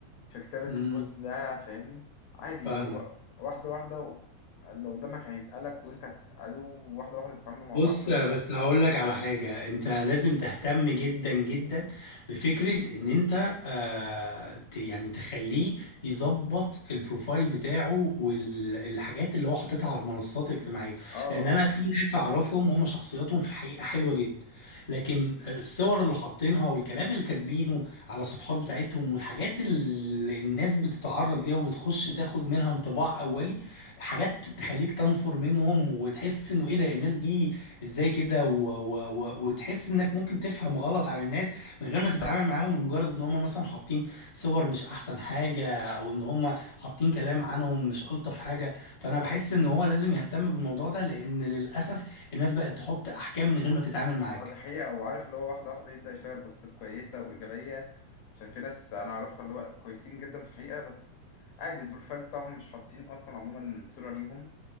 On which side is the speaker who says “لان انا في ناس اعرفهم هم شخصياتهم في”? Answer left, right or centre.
Left